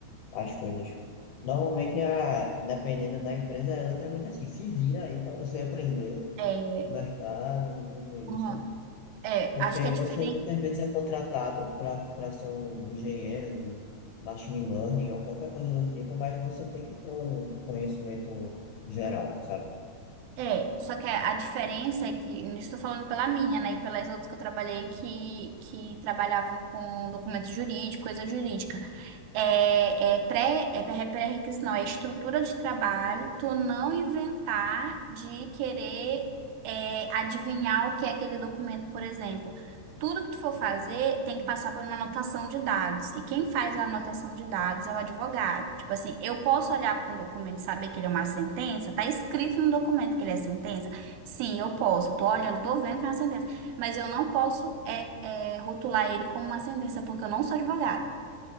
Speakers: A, on the left; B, on the right.
A: as coisas. Normalmente, a, dependendo da empresa, é literalmente assim, se vira aí para você <laughs> aprender
B: É,
A: o mercado e tudo isso.
B: hum, é,
A: Porque
B: acho que é diferente.
A: você muitas vezes é contratado para para ser um engenheiro de machine learning ou qualquer coisa do tipo, mas você tem que ter um conhecimento geral, sabe?
B: É, só que a, a diferença é que, não estou falando pela minha, né, e pelas outras que eu trabalhei que, que trabalhavam com documento jurídico, coisa jurídica. É, é pré, é pré- pré-requisito, não, é estrutura de trabalho, tu não inventar de querer é, adivinhar o que é aquele documento, por exemplo. Tudo que tu for fazer tem que passar por uma anotação de dados. E quem faz a anotação de dados é o advogado. Tipo assim, eu posso olhar para um documento e saber que ele é uma sentença? Tá escrito no documento que ele é sentença? Sim, eu posso. Tô olhando, tô vendo que é uma sentença. Mas eu não posso é, é, rotular ele como uma sentença, porque eu não sou advogada.